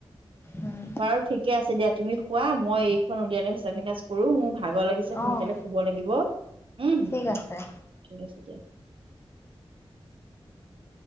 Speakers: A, on the left; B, on the right.
A: উম।
B: বাৰু ঠিকে আছে দিয়া তুমি শু, মই এইখন উলিয়ালাই হিচাপ-নিকাচ কৰো মোৰ ভা ভাগৰ লাগিছে সোনকালে
A: অ',
B: শুব লাগিব, উম
A: ঠিক আছে।
B: ঠিক আছে দিয়া। <inaudible>